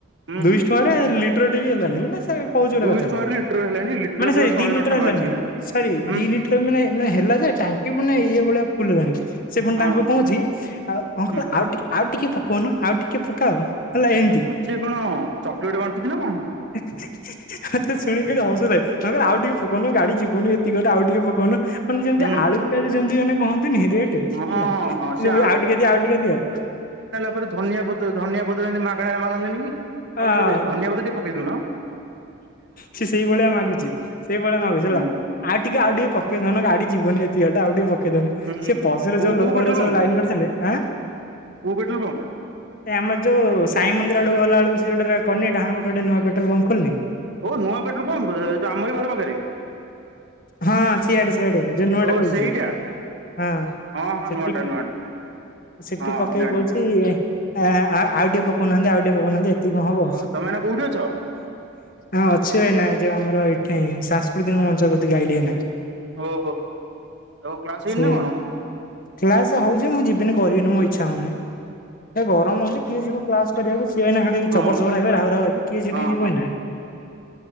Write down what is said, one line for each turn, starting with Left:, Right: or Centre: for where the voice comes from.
Right: ହୁଁ
Left: ଦୁଇଶହ ଟଙ୍କାରେ ଲିଟର ଟି ବି ହେଲାନି ମାନେ କ ଗେ
Right: ଦୁଇଶହ
Left: କଥା
Right: ଟଙ୍କାରେ ଲିଟର ହେଲାଣି ଲିଟରକୁ
Left: ମାନେ ସ
Right: ବା ଶହେ
Left: ଦି ଲିଟର
Right: ନଅ ଟଙ୍କା
Left: ହେ
Right: ଅଛି ଏଇନା ହୁଁ
Left: ଦିଟର ମାନେ ମାନେ ହେଲା ଯେ ଟାଙ୍କି ପେ ଇଏ ଭଳିଆ ଫୁଲଲାଣି। ସେ ପୁଣି
Right: ହଁ
Left: ତାଙ୍କୁ କହୁଛି ଆଉ ଅଙ୍କଲ
Right: ହୁଁ
Left: ଆଉେ ଆଉ ଟିକେ ପକଉନୁ ଆଉ ଟିକେ ପକାଅ। ହେଲା ଏମିତି।
Right: ସେଏ କଣ ଚକୋଲେଟ ବାଣ୍ଟୁଛି ନା କଣ?
Left: <inaudible> ଆେ ଶୁଣିିକିଲେ ଅସୁଧାାଇ କିଲ ଆ ଟିକେ ପଉନ ଗାଡି ଯିବନି ଏତିକିଟେ ଆଉ ଟିକେ ପୋକଉନ। ମାନେ ଯେମିତି
Right: ହୁଁ
Left: ଆଳୁ ପିଆଜ ଯେମିତି ଜଣେ କହନ୍ତି ନିତି ଗଟେ
Right: ହଁ ହଁ
Left: ହେଲା
Right: ହଁ ସେ
Left: ଆଉ ଟିକେ ଦିଅ ଆଉ ଟିକେ ଦିଅ।
Right: ତା ଧିଆ ଧନିଆ ପତ୍ର ଏମିତିାଗଣାାରେ ମାଗନ୍ତିନି କି
Left: ହଁ
Right: ଆଉ ଟିକେ ଧନିଆ ପତ୍ର ଟିକେ ପକେଇ ଦେଉନ।
Left: ସେ ସେଇଭଳିଆ ମାଗୁଛି, ସେଇଭଳିଆ ମାଗୁଛି ହେଲା।
Right: ହୁଁ
Left: ଆଉ ଟିକେ ଆଉ ଟିକେ ପକେଇ ଧନ ଗାଡି ଯିବନି ଏତିଇଟା ଆଉ ଟିକେ ପଖେଇଦନୁ
Right: ହୁଁ ହୁଁ
Left: ସେ ପସରେ
Right: କୋଉ
Left: ଯୋଉ
Right: କୋଉ
Left: ଲୋକ
Right: ପେଟ୍ରୋଲ
Left: ଗଡ
Right: ପମ୍ପ
Left: ସବ ଲାଇନ କରିଥିଲେ ହାଁ
Right: କୋଉ ପେଟ୍ରୋଲ ପମ୍ପ
Left: ଏ ଆମର ଯଉ ସାଇ ମନ୍ଦିର ଆଡକୁ ଗଲା ବେଳକୁ ସେ ଗୋଟେ କନି ଡାହାଣ ପଟୁ ନୂଆ ପେଟ୍ରୋଲ ପମ୍ପ ଖୋଲିନି
Right: ଓ ନୂଆ ପେଟ୍ରୋଲ ପମ୍ପୋ ଆମର ଘର ପାଖରେ
Left: ହଁ ସିଆଡେ ସିଆଡେ ଯୋଉ ନୂଆ
Right: ଓ
Left: ଟା ଖୋଲିଛି
Right: ସେଇଟା
Left: ହଁ
Right: ହଁ ହଁ
Left: ସେଠିକ
Right: ନୂଆଟା ନୂଆଟା
Left: ସିଟି
Right: ହଁ
Left: ପକେଇକି
Right: ଜାଣିଲି
Left: କହୁଛି‌। ଆ ଆଉ ଟିକେ ପକଉନାହାନ୍ତି ଆଉ ଟି ପକଉନାହାନ୍ତି ଏତିକି କଣ ହବ?
Right: ତମେ ଏଇନା କୋଉଠି ଅଛ?
Left: ହଁ ଅଛୁ ଏନା ଏ ଯୋଉ ଆମର ଏଇଠି ସାଂସ୍କୃତିକ ମଞ୍ଚ ପ୍ରତି ଆଇଲି ଏନା
Right: ଓହୋ ଓ କ୍ଲାସ
Left: ସେ
Right: ହେଇନ ନା କଣ?
Left: କ୍ଲାସ ହଉଛି ମୁଁ ଯିବିନି କରିବିନି ମୋ ଇଚ୍ଛା ହଉନି ଗରମ ହଉଛି କିଏ ଯିବ? କ୍ଲାସ କରିବାକୁ ସିଏଇ ଖା
Right: ହଁ
Left: ଜବର ଜବର ହେବେ ରାଉ ରାଉ ହେବେ କିଏଠି
Right: ହଁ
Left: ଯିବ
Right: ହଁ
Left: ଏଇନା।